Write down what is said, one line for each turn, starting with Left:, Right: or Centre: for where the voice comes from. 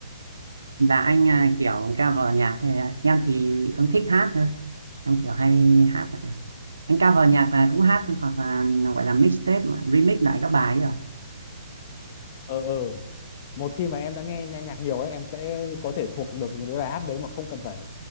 Right: và anh à, kiểu cover nhạc thì em thì em thích hát thôi em kiểu hay hát anh cover nhạc là cũng hát hoặc là gọi là mixtape mà remix lại các bài ấy à
Left: ờ ờ một khi mà em đã nghe nhạc nhạc nhiều ấy em sẽ có thể thuộc được những cái bài hát đấy mà không cần phải